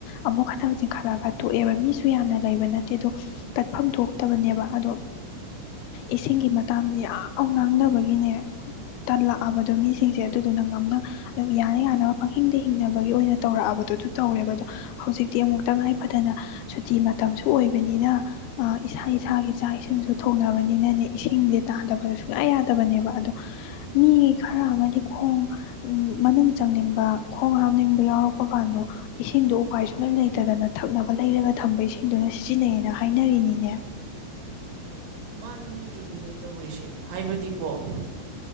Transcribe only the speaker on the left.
ꯑꯃꯨꯛ ꯈꯛꯇꯪ ꯆꯤꯡꯈꯠꯂꯒ ꯇꯣꯛꯑꯦꯕ ꯃꯤꯁꯨ ꯌꯥꯝꯅ ꯂꯩꯕ ꯅꯠꯇꯦ ꯑꯗꯣ ꯇꯠꯐꯝ ꯊꯣꯛꯇꯕꯅꯦꯕ ꯑꯗꯣ ꯏꯁꯤꯡꯒꯤ ꯃꯇꯥꯡꯁꯦ ꯌꯥꯝ ꯉꯥꯡꯅꯕꯒꯤꯅꯦ ꯇꯜꯂꯛꯑꯕꯗꯣ ꯃꯤꯁꯤꯡꯁꯦ ꯑꯗꯨꯗꯨꯅ ꯉꯝꯅ ꯑꯗꯨꯝ ꯌꯥꯅ ꯌꯥꯅꯕ ꯄꯪꯍꯤꯡꯗ ꯍꯤꯡꯅꯕꯒꯤ ꯑꯣꯏꯅ ꯇꯧꯔꯛꯑꯕꯗꯣ ꯑꯗꯨ ꯇꯧꯔꯦꯕ ꯑꯗꯣ ꯍꯧꯖꯤꯛꯇꯤ ꯑꯃꯨꯛ ꯇꯉꯥꯏ ꯐꯗꯅ ꯁꯨꯇꯤ ꯃꯇꯝꯁꯨ ꯑꯣꯏꯕꯅꯤꯅ ꯏꯁꯥ ꯏꯁꯥꯒꯤ ꯆꯥꯛ ꯏꯁꯤꯡꯁꯨ ꯊꯣꯡꯅꯕꯅꯤꯅꯅꯦ ꯏꯁꯤꯡꯁꯦ ꯇꯥꯗꯕꯗꯁꯨ ꯁꯨꯡꯌꯥ ꯌꯥꯗꯕꯅꯦꯕ ꯑꯗꯣ ꯃꯤ ꯈꯔ ꯑꯃꯗꯤ ꯈꯣꯡ ꯃꯅꯨꯡ ꯆꯪꯅꯤꯡꯕ ꯈꯣꯡ ꯍꯥꯝꯅꯤꯡꯕ ꯌꯥꯎꯔꯛꯄ ꯀꯥꯟꯗꯣ ꯏꯁꯤꯡꯗꯣ ꯎꯄꯥꯏ ꯁꯨꯡꯂꯩ ꯂꯩꯇꯗꯅ ꯊꯛꯅꯕ ꯂꯩꯔꯒ ꯊꯝꯕ ꯏꯁꯤꯡꯗꯨꯅ ꯁꯤꯖꯤꯟꯅꯩꯌꯦꯅ ꯍꯥꯏꯅꯔꯤꯅꯤꯅꯦ